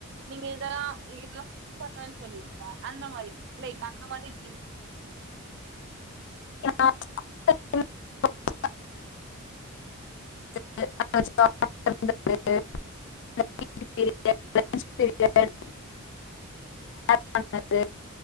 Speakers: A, on the right; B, on the left.
A: நீங்க எதல்லா பண்ணோன் சொல்லிருந்த அந்த மாரி லைக் அந்த மாரி <inaudible>
B: <inaudible> <inaudible> பண்ணது